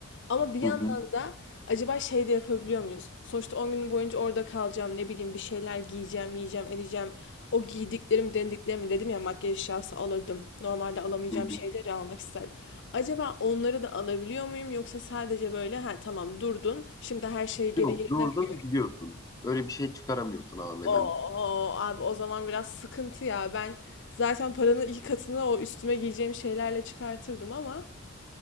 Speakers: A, on the left; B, on the left.
A: Ama bir yandan
B: Hı hı,
A: da acaba şey de yapabiliyor muyuz? Sonuçta 10 gün boyunca orada kalacağım, ne bileyim bir şeyler giyeceğim, yiyeceğim, edeceğim. O giydiklerim, denediklerimi dedim ya makyaj eşyası alırdım. Normalde alamayacağım
B: hı hı.
A: şeyleri almak isterim. Acaba onları da alabiliyor muyum yoksa sadece böyle ha tamam durdun, şimdi her şeyi geri
B: Yok
A: yerine
B: durdun
A: koy.
B: gidiyorsun. Öyle bir şey çıkaramıyorsun Ahmet'ten.
A: Oo abi o zaman biraz sıkıntı ya. Ben zaten paranın iki katını o üstüme giyeceğim şeylerle çıkartırdım ama